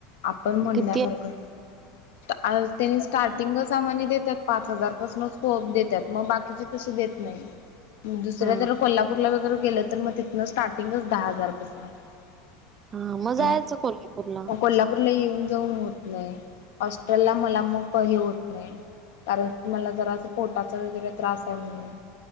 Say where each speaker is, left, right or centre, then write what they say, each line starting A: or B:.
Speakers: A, on the left (about 80°); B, on the right (about 30°).
A: आपण म्हणण्यासारखं.
B: किती
A: आ त्यांनी स्टार्टिंगच आम्हानी देत्यात पाच हजार पाासनच. हो देत्यात मग बाकीचे तसे देत नाही दुसऱ्या
B: हा
A: जरा कोल्हापूरला वगैरे गेलं तर मग ति न स्टार्टिंगच दहा हजारपासन आहे.
B: हा मग जायचं कोल्हापूरला
A: कोल्हापूरला येऊन जाऊन होत नाही हॉस्टेलला मला मग हे होत नाही कारण की मला जरा पोटाचा वगैरे त्रास आहे म्हणून.